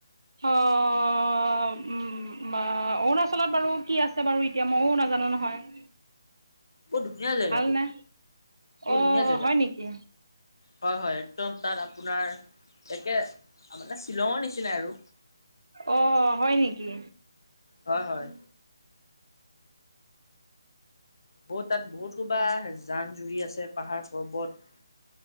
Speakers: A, on the right (about 75°); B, on the left (about 65°).
A: অ অ উম অ অৰুণাচলত বাৰু কি আছে বাৰু এতিয়া মও নাজানো নহয়।
B: বহু ধুনীয়া জেগাটো
A: ভালনে
B: বহুত
A: অ
B: ধুনীয়া জেগা।
A: হয় নেকি
B: হয় হয়, একদম তাত আপোনাৰ তাকে মানে শ্বিলঙৰ নিচিনাই আৰু।
A: অ হয় নেকি
B: হয় হয়। বহুত তাত বহুত সোপা জান-জুৰি আছে, পাহাৰ-পৰ্বত